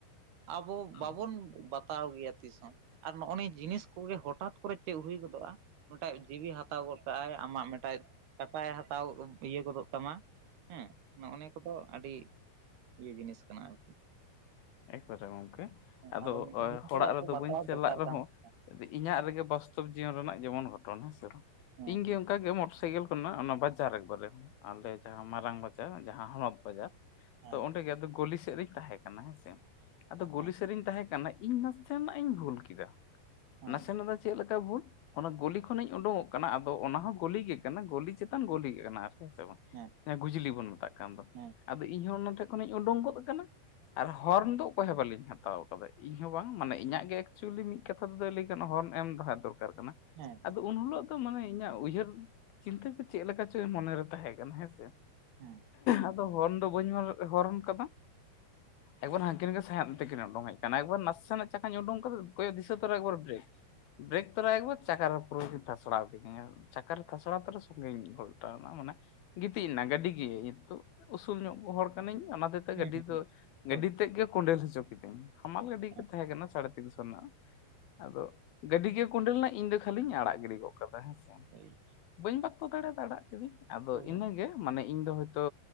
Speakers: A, on the right; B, on the left.
A: ᱟᱵᱚ
B: ᱦᱩᱸ
A: ᱵᱟᱵᱚᱱ ᱵᱟᱛᱟᱣ ᱜᱮᱭᱟ ᱛᱤᱥ ᱦᱚᱸ ᱟᱨ ᱱᱚᱜᱼᱚ ᱱᱤᱭᱟᱹ ᱡᱤᱱᱤᱥ ᱠᱚᱜᱮ ᱦᱚᱴᱟᱛ ᱠᱚᱨᱮ ᱪᱮᱫ ᱦᱩᱭ ᱜᱚᱫᱚᱜᱼᱟ ᱢᱤᱫᱴᱟᱡ ᱡᱤᱣᱤ ᱦᱟᱛᱟᱣ ᱜᱚᱫ ᱠᱟᱜ ᱟᱭ ᱟᱢᱟᱜ ᱢᱤᱫᱴᱟᱡ ᱠᱟᱴᱟᱭ ᱦᱟᱛᱟᱣ ᱤᱭᱟᱹ ᱜᱚᱫᱚᱜ ᱛᱟᱢᱟ ᱦᱮᱸ ᱱᱚᱜᱼᱚ ᱱᱤᱭᱟᱹ ᱠᱚᱫᱚ ᱟᱹᱰᱤ ᱤᱭᱟᱹ ᱡᱤᱱᱤᱥ ᱠᱟᱱᱟ ᱟᱨ
B: ᱮᱠᱵᱟᱨᱮ ᱜᱚᱝᱠᱮ
A: ᱦᱮᱸ
B: ᱟᱫᱚ
A: ᱱᱤᱭᱟᱹ
B: ᱚ ᱦᱚᱲᱟᱜ
A: ᱠᱚᱫᱚ ᱟᱵᱚ
B: ᱨᱮᱫᱚ
A: ᱵᱟᱛᱟᱣ
B: ᱵᱟᱹᱧ ᱪᱟᱞᱟᱜ
A: ᱫᱚᱨᱠᱟᱨ
B: ᱨᱮᱦᱚᱸ
A: ᱠᱟᱱ ᱛᱟᱵᱚᱱᱟ
B: ᱤᱧᱟᱹᱜ ᱨᱮᱜᱮ ᱵᱟᱥᱛᱚᱵ ᱡᱤᱭᱚᱱ ᱨᱮᱱᱟᱜ ᱡᱮᱢᱚᱱ ᱜᱷᱚᱴᱚᱱᱟ ᱦᱮᱸ ᱥᱮ ᱵᱟᱝ
A: ᱦᱮᱸ
B: ᱤᱧ ᱜᱮ ᱚᱱᱠᱟ ᱜᱮ ᱢᱚᱴᱚᱨ ᱥᱟᱭᱠᱮᱞ ᱚᱱᱟ ᱵᱟᱡᱟᱨ ᱮᱠᱵᱟᱨᱮ ᱟᱞᱮ ᱡᱟᱦᱟᱸ ᱢᱟᱨᱟᱝ ᱵᱟᱡᱟᱨ ᱡᱟᱦᱟᱸ ᱦᱚᱱᱚᱛ ᱵᱟᱡᱟᱨ
A: ᱦᱮᱸ
B: ᱛᱚ ᱚᱸᱰᱮ ᱜᱮ ᱟᱫᱚ ᱜᱚᱞᱤ ᱥᱮᱫ ᱨᱤᱧ ᱛᱟᱦᱮᱸᱠᱟᱱᱟ ᱦᱮᱸᱥᱮ ᱟᱫᱚ
A: ᱦᱮᱸ
B: ᱜᱚᱞᱤ ᱥᱮᱫ ᱨᱤᱧ ᱛᱟᱦᱮᱸᱠᱟᱱᱟ ᱤᱧ ᱱᱟᱥᱮᱱᱟᱜ ᱤᱧ ᱵᱷᱩᱞ ᱠᱮᱫᱟ,
A: ᱦᱮᱸ
B: ᱱᱟᱥᱮᱱᱟᱜ ᱫᱚ ᱪᱮᱫ ᱞᱮᱠᱟ ᱵᱷᱩᱞ ᱚᱱᱟ ᱜᱚᱞᱤ ᱠᱷᱚᱱᱤᱧ ᱩᱰᱩᱝᱚᱜ ᱠᱟᱱᱟ ᱟᱫᱚ ᱚᱱᱟ ᱦᱚᱸ ᱜᱚᱞᱤ ᱠᱟᱱᱟ ᱜᱚᱞᱤ ᱪᱮᱛᱟᱱ ᱜᱚᱞᱤ ᱜᱮ ᱠᱟᱱᱟ ᱟᱨ ᱦᱮᱸ ᱥᱮ ᱵᱟᱝ?
A: ᱦᱮᱸ
B: ᱜᱩᱡᱽᱞᱤ ᱵᱚᱱ ᱢᱮᱛᱟᱜ ᱠᱟᱱ ᱫᱚ
A: ᱦᱮᱸ ᱦᱮᱸ ᱦᱮᱸ
B: ᱟᱫᱚ ᱤᱧᱦᱚ ᱚᱱᱟ ᱴᱷᱮᱡ ᱠᱷᱚᱱᱤᱧ ᱩᱰᱩᱠ ᱜᱚᱫ ᱠᱟᱱᱟ ᱟᱨ ᱦᱚᱨᱱ ᱫᱚ ᱚᱠᱚᱭ ᱦᱚᱸ ᱵᱟᱹᱞᱤᱧ ᱦᱟᱛᱟᱣ ᱠᱟᱫᱟ <unintelligible> ᱤᱧ ᱦᱚᱸ ᱵᱟᱝ ᱢᱟᱱᱮ ᱤᱧᱟᱹᱜ ᱜᱮ ᱮᱠᱪᱩᱭᱮᱞᱤ ᱢᱤᱫ ᱠᱟᱛᱷᱟ ᱛᱮᱫᱚ ᱞᱟᱹᱭ ᱜᱟᱱᱚᱜ ᱦᱚᱨᱚᱱ ᱮᱢ ᱫᱚ ᱦᱟᱸᱜ ᱫᱚᱨᱠᱟᱨ ᱠᱟᱱᱟ
A: ᱦᱮᱸ ᱦᱮᱸ
B: ᱟᱫᱚ ᱩᱱ ᱦᱩᱞᱳᱜ ᱟᱫᱚ ᱢᱟᱱᱮ ᱤᱧᱟᱹᱜ ᱩᱭᱦᱟᱹᱨ ᱪᱤᱱᱛᱟᱹ ᱠᱚ ᱪᱮᱫ ᱞᱮᱠᱟ ᱪᱚ ᱢᱚᱱᱮᱨᱮ ᱛᱟᱦᱮᱸ ᱠᱟᱱᱟ ᱦᱮᱸᱥᱮ
A: ᱦᱮᱸ
B: ᱟᱫᱚ ᱦᱚᱨᱚᱱ ᱫᱚ ᱵᱟᱹᱧ <unintelligible> ᱦᱚᱨᱚᱱ ᱠᱟᱫᱟ ᱮᱵᱟᱨ ᱦᱟᱱᱠᱤᱱ ᱜᱮ ᱥᱟᱸᱭᱟᱫ ᱢᱮᱱᱛᱮᱠᱤᱱ ᱩᱰᱩᱝ ᱦᱮᱡ ᱠᱟᱱᱟ ᱮᱠᱵᱟᱨ ᱱᱟᱥᱮᱱᱟᱜ ᱪᱟᱠᱟᱧ ᱩᱰᱩᱝ ᱠᱟᱫᱟ ᱠᱚᱭᱚᱜ ᱫᱤᱥᱟᱹ ᱛᱚᱨᱟ ᱮᱠᱟᱨ ᱵᱨᱮᱠ ᱵᱨᱮᱠ ᱛᱚᱨᱟ ᱮᱠᱵᱟᱨ ᱪᱟᱠᱟ ᱨᱮ ᱯᱩᱨᱟᱹ ᱠᱤᱱ ᱛᱷᱟᱥᱲᱟᱣ ᱠᱤᱫᱤᱧᱟ ᱪᱟᱠᱟᱨᱮ ᱛᱷᱟᱥᱲᱟ ᱛᱚᱨᱟ ᱥᱚᱝᱜᱮᱧ ᱜᱷᱚᱞᱴᱟᱣᱱᱟ ᱢᱟᱱᱮ ᱜᱤᱛᱤᱡ ᱮᱱᱟ ᱜᱟᱹᱰᱤ ᱜᱮ ᱱᱤᱛᱚᱜ ᱩᱥᱩᱞ ᱧᱚᱜ ᱠᱚ ᱦᱚᱲ ᱠᱟᱹᱱᱟᱹᱧ ᱚᱱᱟ ᱛᱮᱛᱮ
A: ᱦᱮᱸ
B: ᱜᱟᱹᱰᱤ
A: ᱦᱮᱸ
B: ᱫᱚ
A: ᱦᱳᱭ
B: ᱜᱟᱹᱰᱤ
A: ᱦᱮᱸ ᱦᱮᱸ ᱦᱳᱭ
B: ᱛᱮᱫ ᱜᱮ ᱠᱚᱸᱰᱮᱞ ᱦᱚᱪᱚ ᱠᱤᱫᱟᱹᱧ ᱦᱟᱢᱟᱞ ᱜᱟᱹᱰᱤ
A: ᱦᱮᱸ
B: ᱜᱮ ᱛᱟᱦᱮᱸ ᱠᱟᱱᱟ ᱥᱟᱲᱮᱛᱤᱱᱥᱚ ᱨᱮᱱᱟᱜ ᱟᱫᱚ ᱜᱟᱹᱰᱤ ᱜᱮ ᱠᱚᱸᱰᱮᱞᱱᱟ ᱤᱧ ᱫᱚ ᱠᱷᱟᱹᱤᱧ ᱟᱲᱟᱜ ᱜᱤᱰᱤ ᱜᱚᱫ ᱠᱟᱫᱟ ᱦᱮᱸᱥ
A: ᱦᱮᱸ
B: ᱵᱟᱹᱧ ᱵᱟᱠᱛᱚ ᱫᱟᱲᱮᱭᱟᱫᱟ ᱟᱲᱟᱜ ᱠᱤᱫᱟᱹᱧ ᱟᱫᱚ
A: ᱦᱳᱭ
B: ᱤᱱᱟᱹᱜᱮ ᱢᱟᱱᱮ ᱤᱧ ᱫᱚ ᱦᱳᱭᱛᱚ